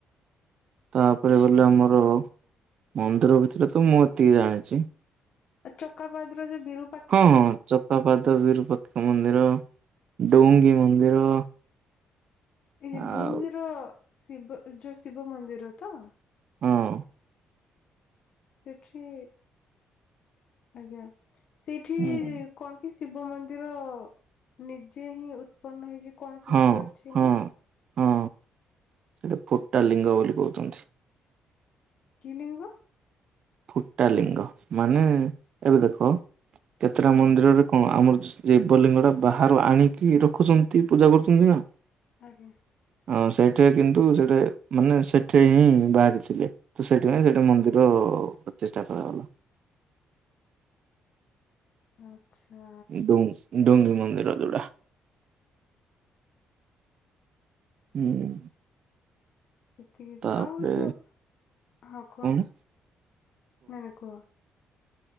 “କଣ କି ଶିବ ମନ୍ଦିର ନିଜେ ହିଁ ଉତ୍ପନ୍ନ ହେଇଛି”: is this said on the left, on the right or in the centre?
Left